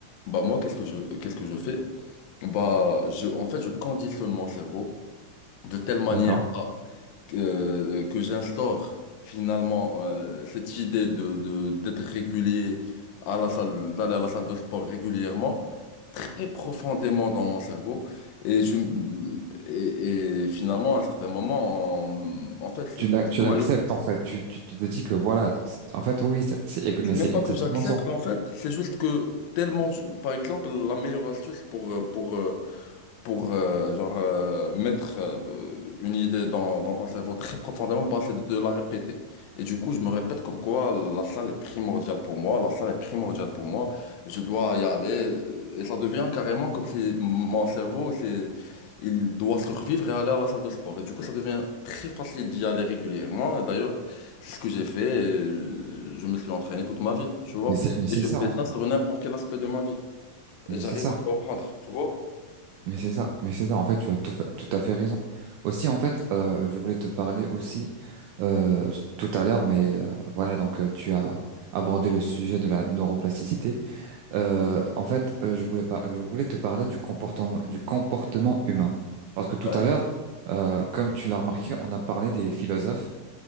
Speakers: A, on the left (about 85°); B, on the right (about 80°).
A: bah, moi, qu'est-ce que je, qu'est-ce que je fais? Bah, je, en fait, je conditionne mon cerveau de telle manière
B: D'accord.
A: que, euh, que j'instaure finalement euh, cette idée de, de, d'être régulier à la salle, d'aller à la salle de sport régulièrement très profondément dans mon cerveau. Et, je, et, et finalement, à un certain moment, en, en fait,
B: Tu l'a- tu
A: on
B: l'acceptes
A: me le-
B: en fait. Tu, tu, tu te dis que voilà. c'est- En fait, oui, c'est, c'est- ex-
A: c'est
B: mais
A: même
B: c'est
A: pas
B: exactement
A: que j'accepte,
B: ça.
A: en fait, c'est juste que tellement, je- par exemple, la meilleure astuce pour, euh, pour, euh, pour euh, genre euh, mettre euh, une idée dans, dans ton cerveau très profondément, bah, c'est de te la répéter. Et du coup, je me répète comme quoi la salle est primordiale pour moi, la salle est primordiale pour moi, je dois y aller. euh, Et ça devient carrément comme si mon cerveau, c'est, il doit survivre et aller à la salle de sport. Et du coup, ça devient très facile d'y aller régulièrement. Et d'ailleurs, c'est ce que j'ai fait et je je me suis entraîné toute ma vie, tu vois.
B: Mais c'est mais c'est
A: Et je
B: ça
A: fais
B: en fait.
A: ça sur n'importe quel aspect de ma vie.
B: Mais
A: Et j'arrive
B: c'est ça.
A: à comprendre, tu vois?
B: Mais c'est ça, mais c'est ça. En fait, tu as tout, fa- tout à fait raison. Aussi, en fait, euh, je voulais te parler aussi euh, tout à l'heure, mais euh, voilà, donc euh, tu as abordé le sujet de la neuroplasticité. Euh, en fait, euh, je voulais pas, je voulais te parler du comportement, du comportement humain, parce que tout
A: Ouais.
B: à l'heure, euh, comme tu l'as remarqué, on a parlé des philosophes,